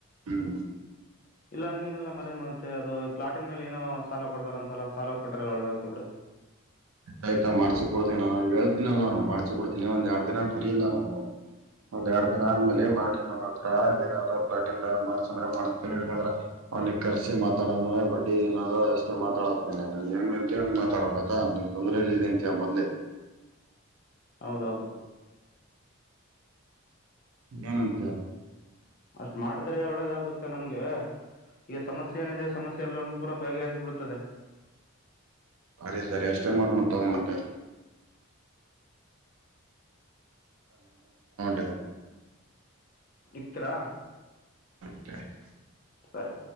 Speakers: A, on the right; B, on the left.
A: ಹ್ಮ್
B: ಇಲ್ಲ ಹಂಗೇನಿಲ್ಲ ಮತ್ತೆ ಮತ್ತೆ ಅದು ಪ್ಲಾಟನ್ ಮೇಲೆ ಏನೋ ಸಾಲ ಕೊಡತಾರಂತಲ್ಲ ಸಾಲ ಕೊಟ್ರಲ್ಲ ಒಳ್ಳದಾಗತೆ ಬಿಡ
A: ಆಯ್ತಾ ಮಾಡ್ಸಿ ಕೊಡ್ತೀನ ಹೇಳ್ತನಲ್ಲ ನಾನು ಮಾಡ್ಸಿ ಕೊಡ್ತಿನಿ ಒಂದ್ ಎರಡ್ ದಿನ ಸರಿ ಇಲ್ಲ ನಾನು ಒಂದ್ ಎರಡ್ ದಿನ ಆದ್ಮೇಲೆ ಬೋ ಹತ್ರ ಏನಾದ ಪ್ಲಾ್ರ ಮಾಡತಿ ಏನಾದ್ರ ಅವ್ನಿ ಕರ್ಸಿ ಮಾತಾಡದ ಬಡ್ಡಿ ಏನಾದ ಅಷ್ಟೇ ಮಾತಾಡತನ ಮಾತಾಡ ತೊಂದ್ರಲಿಲಿಂತ ಮದಲೆ
B: ಹೌದೌದು
A: ಏನಂತೀಯಾ
B: ಅಷ್ಟ್ ಮಾಡಿದ್ರೆ ಒಳ್ಳೆದಾಗುತ್ತೆ ನಮ್ಗೆ ಈಗ ಸಮಸ್ಯೆ ಏನಿದೆ ಸಮಸ್ಯೆ ಎಲ್ಲಾನು ಕೂಡ ಬಗೆಹರಿಸಬಿಡ್ತದೆ
A: ಅರಿ ಸರಿ ಅಷ್ಟ ಮಾಡಲು ತಗೋ ಮತ್ತ ನಾನು
B: ಇಟ್ರಾ
A: <inaudible>
B: ಸರಿ